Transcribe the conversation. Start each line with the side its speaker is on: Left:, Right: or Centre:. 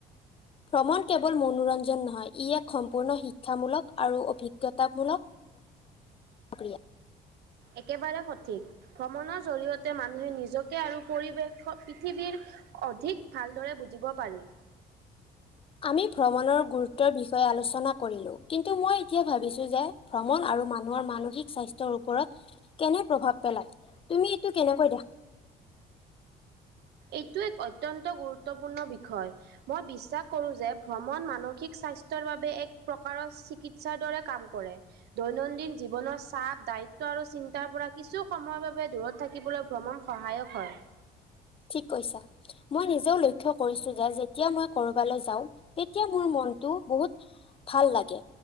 Left: ভ্ৰমণ কেৱল মনোৰঞ্জন নহয়, ই এক সম্পূৰ্ণ শিক্ষামূলক আৰু অভিজ্ঞতামূলক প্ৰক্ৰিয়া।
Right: একেবাৰে সঠিক, ভ্ৰমণৰ জৰিয়তে মানুহে নিজকে আৰু পৰিৱেশ পৃথিৱীৰ অধিক ভালদৰে বুজিব পাৰি।
Left: আমি ভ্ৰমণৰ গুৰুত্বৰ বিষয়ে আলোচনা কৰিলো, কিন্তু মই এতিয়া ভাবিছো যে ভ্ৰমণ আৰু মানুহৰ মানসিক স্বাস্থ্যৰ ওপৰত কেনে প্ৰভাৱ পেলাই, তুমি এইটো কেনেকৈ দেখা?
Right: এইটো এক অত্যন্ত গুৰুত্বপূৰ্ণ বিষয়। মই বিশ্বাস কৰো যে ভ্ৰমণ মানসিক স্বাস্থ্যৰ বাবে এক প্ৰকাৰৰ চিকিৎসাৰ দৰে কাম কৰে। দৈনন্দিন জীৱনৰ চাপ দায়িত্ব আৰু চিন্তাৰ পৰা কিছু সময়ৰ বাবে দূৰত থাকিবলৈ ভ্ৰমণ সহায়ক হয়।
Left: ঠিক কৈছা। মই নিজেও লক্ষ্য কৰিছো, যে যেতিয়া মই কৰবালৈ যাওঁ, তেতিয়া মোৰ মনটো বহুত ভাল লাগে।